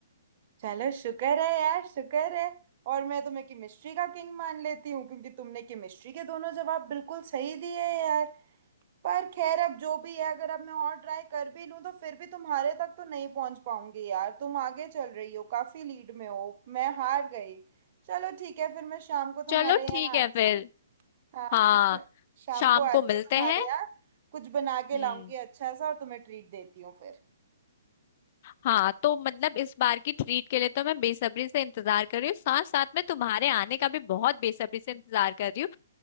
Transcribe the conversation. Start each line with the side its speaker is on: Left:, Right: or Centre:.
Right: चलो शुक्र है यार शुक्र है और मैं तुम्हें केमिस्ट्री का किंग मान लेती हूँ क्योंकि तुमने केमिस्ट्री के दोनों जवाब बिल्कुल सही दिए हैं यार पर खैर अब जो भी है अगर अब मैं और ट्राई कर भी लूं तो फिर भी तुम्हारे तक तो नहीं पहुंच पाऊंगी यार तुम आगे चल रही हो काफी लीड में हो मैं हार गई चलो ठीक है फिर मैं शाम को तुम्हारे
Left: चलो ठीक
Right: यहाँ
Left: है
Right: आती
Left: फिर
Right: हूँ हाँ
Left: हाँ
Right: श- शाम
Left: शाम
Right: को
Left: को
Right: आती
Left: मिलते
Right: हूँ तुम्हारे
Left: हैं
Right: यहाँ कुछ बना के
Left: हम्म
Right: लाऊंगी अच्छा सा और तुम्हें ट्रीट देती हूँ फिर
Left: हाँ तो मतलब इस बार की ट्रीट के लिए तो मैं बेसब्री से इंतजार कर रही हूँ साथ साथ में तुम्हारे आने का भी बहुत बेसब्री से इंतजार कर रही हूँ